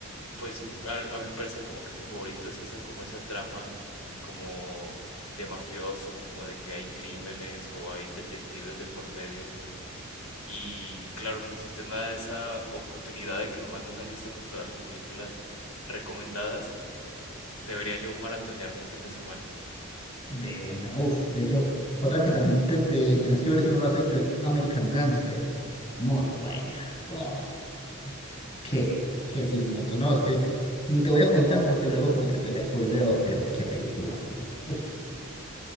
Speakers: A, on the left; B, on the left.
A: pues m- al- a, mi parecer como que mi favorito es esa como esa trama como de mafioso, como de que hay crímenes o hay detectives de por medio. Y claro, o sea, si usted me da esa oportunidad de que me mande una lista con todas las películas recomendadas, debería yo maratonearme un fin de semana.
B: De una, uff. De hecho, otra que también te, te tenés que ver si no lo has hecho es American Gangster. Muy buena. Uff. Qué, qué filmoto. No, es que ni te voy a contar porque luego como que te la spoileo, pero qué película, man. Uf.